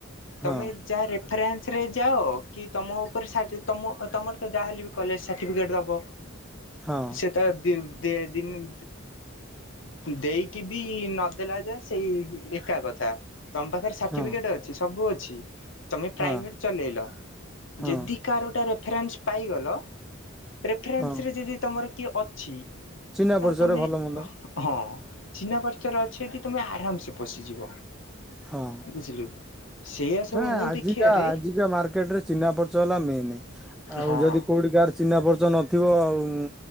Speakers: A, in the centre; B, on the left.
A: ହଁ
B: ତମେ ଯାହା ରେ ରେଫରେନ୍ସରେ ଯାଅ କି ତମ ଉପରେ ତମ ତମର ତ ଯାହାହେଲେ ବି କଲେଜ ସାର୍ଟିଫିକେଟ୍ ଦେଲବ।
A: ହଁ
B: ସେ ତାର ଦେ ଦ ଦିନ ଦେଇକି ବି ନଦେଲା ଯା ସେଇ ଏକା କଥା ତମ ପାଖରେ ସା
A: ହଁ
B: ଠିକ୍ ଅଛି ସବୁ ଅଛି ତମେ ପ୍ରାଇଭେଟ୍
A: ହଁ
B: ଚଲେଇଲ
A: ହଁ
B: ଯଦି କାର ଗୋଟା ରେଫରେନ୍ସ ପାଇଗଲ ରେଫରେନ୍ସରେ
A: ହଁ
B: ଯଦି ତମର କିଏ ଅଛି।
A: ଚିହ୍ନା
B: ତାହେଲେ
A: ପରିଚୟରେ
B: ତମେ
A: ଭଲ ମନ୍ଦ
B: ହଁ ଚିହ୍ନା ପରିଚରେ ଅଛି ଯଦି ତମେ ଆରାମସେ ପଶିଯିବ।
A: ହଁ।
B: ବୁଝିଲ କି? ସେଇଆ ସବୁ
A: ନା
B: ମୁଁ
A: ଆଜିକା
B: ଦେଖିବାରେ
A: ଆଜିକା ମାର୍କେଟରେ ଚିହ୍ନା ପର୍ଚ ହେଲା ମେନ ଆଉ
B: ହଁ
A: ଯଦି କୋଉଠି କାର ଚିହ୍ନା ପର୍ଚ ନଥିବ ଆଉ